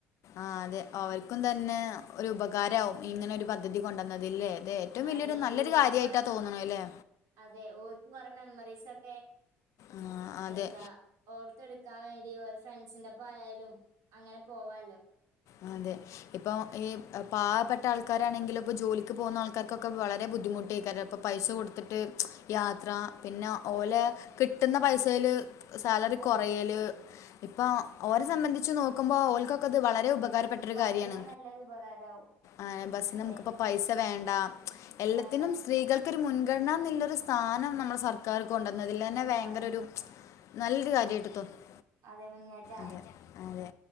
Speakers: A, on the left; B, on the right.
A: ആഹ് അതെ അവർക്കും തന്നെ ഒരു ഉപകാരാവും ഇങ്ങനെ ഒരു പദ്ധതി കൊണ്ടുന്നതിൽല്ലേ ല്ലേ ഏറ്റവും വല്യൊ
B: അതെ
A: രു നല്ലൊരു
B: ഓർക്കും
A: കാര്യായിട്ടാ
B: കൊറേ മെ
A: തോന്ന്ണെലേ
B: അതെ ഓര്ക്കും കൊറേ മെമ്മറീസൊക്കെ
A: ആ, അതെ
B: എന്താ ഓർത്തെടുക്കാൻ വേണ്ടി ഓരെ ഫ്രണ്ട്സിന്റെപ്പം ആയാലും അങ്ങനെ പോവാലോ
A: ആഹ് അതെ ഇപ്പം ഈ പാവപ്പെട്ട ആൾക്കാരാണെങ്കിൽ ഇപ്പൊ ജോലിക്ക് പോകുന്ന ആൾക്കാർക്കൊക്കെ വളരെ ബുദ്ധിമുട്ട് എയ്ക്കാരം പ്പം പൈസ കൊട്ത്തിട്ട് യാത്ര പിന്നെ ഓലെ
B: അതെ
A: കിട്ട്ന്ന പൈസേല് സാലറി
B: അതെ
A: കൊറയല് ഇപ്പൊ ഓരെ സംബന്ധിച്ച് നോക്ക്മ്പോ ഓൽക്ക ക്കത് വളരെ
B: അതെ
A: ഉപകാരപ്പെട്ടൊരു
B: വളരെ
A: കാര്യാണ്
B: നല്ലൊരു ഉപകാരാവും
A: ഏഹ് ബസ്സിന്
B: അതെ
A: നമ്മക്ക് ഇപ്പം പൈസ വേണ്ട എല്ലത്തിനും
B: എന്താ
A: സ്ത്രീകൾക്കൊരു മുൻഗണനാ ന്നുള്ളൊരു സ്ഥാനം നമ്മുടെ സർ ക്കാർ കൊണ്ടുവന്നതിൽ തന്നെ
B: കൊണ്ടുവന്നേ
A: ഭായങ്കര ഒരു നല്ലൊരു കാര്യായിട്ട് തോന്നുന്നു
B: അതെ മുന്നേറ്റാണ്
A: അതെ അതെ